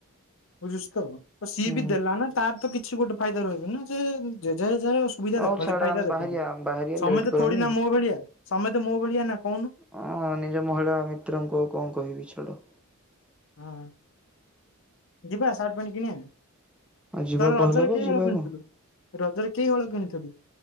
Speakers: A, on the left; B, in the centre.
A: ବୁଝୁଛ ତ ସିଏ
B: ହୁଁ।
A: ବି ଦେଲା ନା ତାର ତ କିଛି ଗୋଟେ ଫାଇଦା ରହିବ ନା ସୋ ଯେଝା ଯେଝାର ସୁବିଧା
B: ହଉ
A: ଦେଖନ୍ତି
B: ଛାଡ
A: ଫାଇଦା
B: ଆମେ
A: ଦେଖନ୍ତି
B: ବାହାରିବା ଆମେ ବାହାରିବା
A: ସମତେ
B: ଲେଟ୍
A: ତ
B: କରନି।
A: ଥୋଡି ନା ମୋ ଭଳିଆ ସମତେ ତ ମୋ ଭଳିଆ ନା କହୁନୁ।
B: ହଁ ନିଜ ମହିଳା ମିତ୍ରଙ୍କୁ ଆଉ କଣ କହିବି ଛାଡ।
A: ହଁ ଯିବା ଶାର୍ଟ ପ୍ୟାଣ୍ଟ କିଣିବା
B: ଆଉ ଯିବା
A: ତୋର ରଜରେ
B: କହିଲା ବା
A: କେହି
B: ଯିବା
A: ହଳ କିଣିଥିଲୁ
B: କଣ
A: ରଜରେ କେହି ହେଳ କିଣିଥିଲୁ?